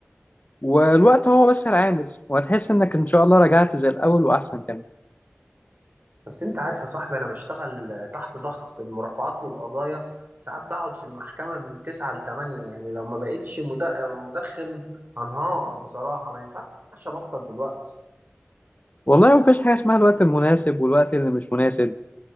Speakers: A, on the left (about 40°); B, on the right (about 50°).
A: والوقت هو بس العامل وهتحس انك ان شاء الله رجعت زي الاول واحسن كمان
B: بس انت عارف يا صاحبي انا بشتغل تحت ضغط المرافعات والقضايا ساعات بقعد في المحكمة من تسعة لتمانية يعني لو ما بقتش مد- مدخن هنهار بصراحة ما ينفعش ابطل دلوقتي
A: والله مفيش حاجة اسمها الوقت المناسب والوقت اللي مش مناسب